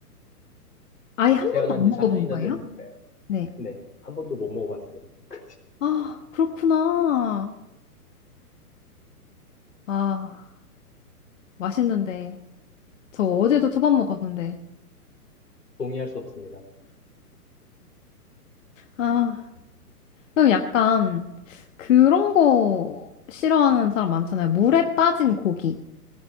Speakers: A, on the left; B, on the left.
A: 아예 한
B: 태어난
A: 번도 안
B: 지
A: 먹어본
B: 4년이나
A: 거예요?
B: 됐는데,
A: 네.
B: 네, 한 번도 못 먹어봤어요, 지금. 그
A: 아, 그렇구나. 아, 맛있는데. 저 어제도 초밥 먹었는데.
B: 동의할 수 없습니다.
A: 아, 그럼 약간 그런 거 싫어하는 사람 많잖아요. 물에 빠진 고기.